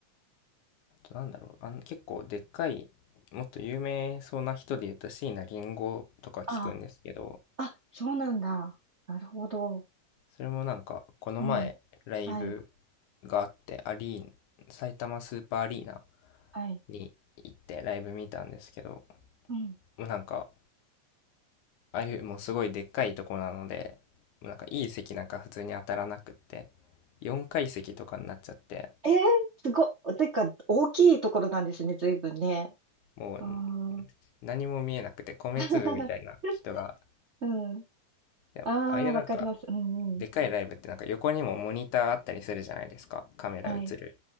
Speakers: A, on the left (about 75°); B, on the right (about 60°).
A: なんだろう、あの、結構でっかい、もっと有名そうな人で言うと椎名林檎とか聞くんですけど、
B: あ、あ、そうなんだ。なるほど。
A: それもなんか、この前、
B: うん。
A: ライブ
B: はい、
A: があって、アリーナ、埼玉スーパーアリーナ
B: はい。
A: に行ってライブ見たんですけど、
B: うん。
A: もうなんか、ああいうもうすごいでっかいとこなので、もうなんかいい席なんか普通に当たらなくって、4階席とかになっちゃって、
B: えー、すごっ。てか、大きいところなんですね、随分ね。
A: もう
B: うーん。
A: 何も見えなくて米粒みたいな人が、
B: <laughs> うん。
A: いやああいうなんか
B: ああ、わかります。うんうん。
A: でかいライブってなんか横にもモニターあったりするじゃないですか。カメラ映る。
B: はい。